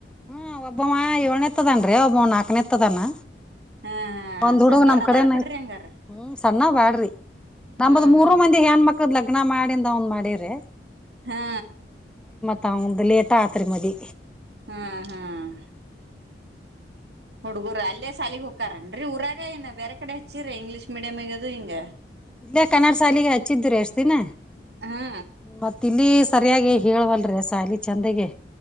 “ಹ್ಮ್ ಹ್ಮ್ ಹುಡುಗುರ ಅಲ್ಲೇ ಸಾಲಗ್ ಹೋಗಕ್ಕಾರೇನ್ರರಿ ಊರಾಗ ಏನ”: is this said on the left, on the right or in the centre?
Right